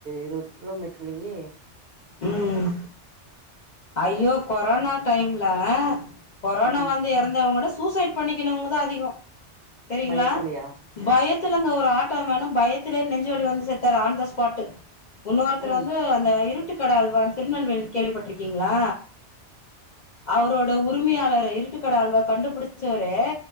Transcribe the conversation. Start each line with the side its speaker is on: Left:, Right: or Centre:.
Right: இருவது கிலோமீட்டர்லெயே
Left: ம் ஐயோ கொரோனா டைம்ல கொரோனா
Right: ம்
Left: வந்து எறந்தவுங்கட சூசைட் பண்ணிக்கினவ்ங்க தா அதிகொ செரிங்ளா
Right: பயத்துலயா
Left: பய த்துலங்க ஒரு ஆட்டோ மேன பயத்திலே நெஞ்ச வலி வந்து செத்தாரு ஆன் த ஸ்பாட்டு உன்னோருத்தர்
Right: ம்
Left: வந்து அந்த இரு ட்டுக்கட அல்வா திருநெல்வேலி கேள்விப்பட்ருக்கீங்ளா? அவரோட உரிமையாளர இருட்டுக்கட ஆல்வா கண்டுபுடிச்சவரே